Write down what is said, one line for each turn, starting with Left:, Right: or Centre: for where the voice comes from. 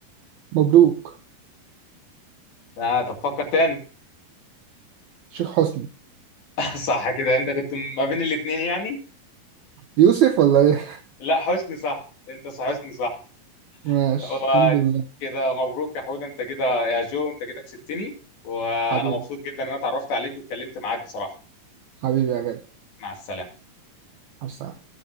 Right: مبروك
Left: آه طب فكر تاني
Right: شيخ حسني
Left: <laughs> صح كده انت كنت ما بين الاتنين يعني
Right: يوسف ولا ايه
Left: لا حسني صح انت صح حسني صح
Right: <laughs> ماشي
Left: هو
Right: الحمد لله
Left: كده مبروك يا حود انت كده يا جو انت كده كسبتني وانا
Right: حبيبي
Left: مبسوط جدا ان انا اتعرفت عليك واتكلمت معاك بصراحة
Right: حبيبي يا غالي
Left: مع السلامة
Right: حسن